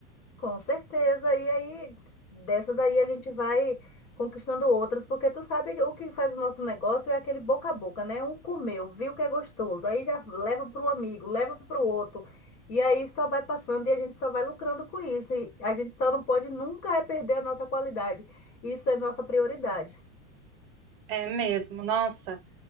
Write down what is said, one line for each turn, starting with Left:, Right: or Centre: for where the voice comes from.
Left: Com certeza. E aí, dessa daí a gente vai conquistando outras, porque tu sabe que o que faz o nosso negócio é aquele boca a boca, né? Um comeu, viu que é gostoso, aí já leva para o amigo, leva para o outro. E aí só vai passando e a gente só vai lucrando com isso. E a gente só não pode nunca é perder a nossa qualidade. Isso é nossa prioridade.
Right: É mesmo, nossa.